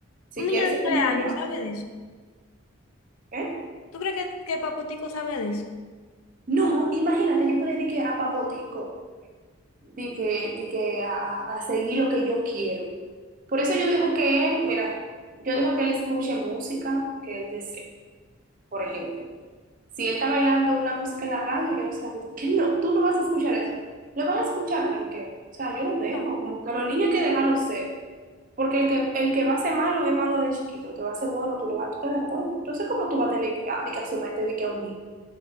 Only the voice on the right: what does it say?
Si
quiere
ser
ingeniero,
¿eh?
No, imagínate, yo por ahí di que a papotico, di que, di que a, a- a seguir lo que yo quiero. Por eso yo dejo que él, mira, yo dejo que él escuche música que él desee, por ejemplo. Si él está bailando una música en la radio, yo no sé, que no, tú no vas a escuchar eso. Lo van a escuchar como quiera. O sea, yo lo dejo,
como que los niños hay que dejarlos ser. Porque el que, el que va a ser malo es malo de chiquito, el que va a ser bueno, tú lo vas, tú te das cuenta. Entonces, ¿cómo tú vas a tener que, ah, de que asumirte de que a un niño?